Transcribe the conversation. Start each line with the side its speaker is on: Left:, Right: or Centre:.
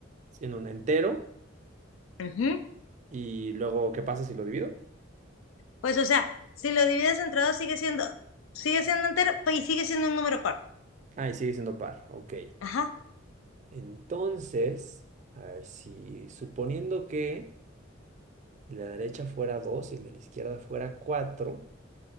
Right: siendo un entero.
Left: ujú,
Right: Y luego, ¿qué pasa si lo divido?
Left: pues, o sea, si lo divides entre dos, sigue siendo, sigue siendo entero pues, y sigue siendo un número par.
Right: Ah, y sigue siendo par. Ok.
Left: Ajá,
Right: Entonces, a ver si suponiendo que el de la derecha fuera 2 y el de la izquierda fuera 4,